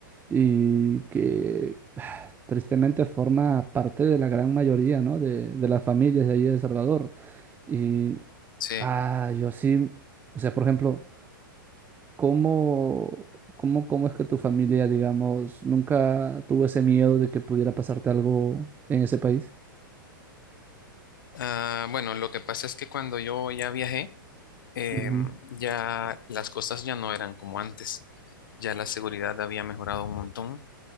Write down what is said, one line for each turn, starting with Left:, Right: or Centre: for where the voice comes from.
Right: y que <sighs> tristemente forma parte de la gran mayoría, ¿no? De, de las familias de allí de El Salvador. Y
Left: Sí.
Right: ah, yo sí, o sea, por ejemplo. ¿Cómo, cómo, cómo es que tu familia, digamos, nunca tuvo ese miedo de que pudiera pasarte algo en ese país?
Left: Ah, bueno, lo que pasa es que cuando yo ya viajé, em,
Right: Ujú.
Left: ya las cosas ya no eran como antes, ya la seguridad había mejorado un montón